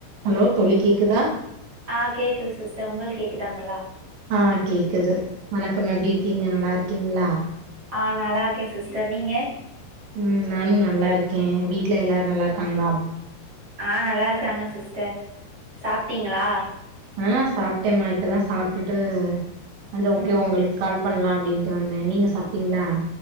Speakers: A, on the right; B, on the right.
A: Hello தோழி கேக்குதா
B: அ கேக்குது சிஸ்டர் உங்களுக்கு கேக்குதா நல்லா
A: ஆ கேக்குது வணக்கம் எப்டி இருக்கீங்க நல்லா இருக்கீங்களா
B: அ நல்லா இருக்கே சிஸ்டர் நீங்க
A: ம் நானு நல்லா இருக்கே வீட்ல எல்லாரு நல்லா இருக்காங்களா
B: அ நல்லா இருக்காங்க சிஸ்டர் சாப்ட்டீங்களா
A: அ சாப்ட்டேமா இப்பதா சாப்டுட்டு அந்த ஓகே
B: ம்
A: உங்களுக்கு கால் பண்லா அப்டின்ட்டு வந்தே நீங்க சாப்ட்டீங்க்ளா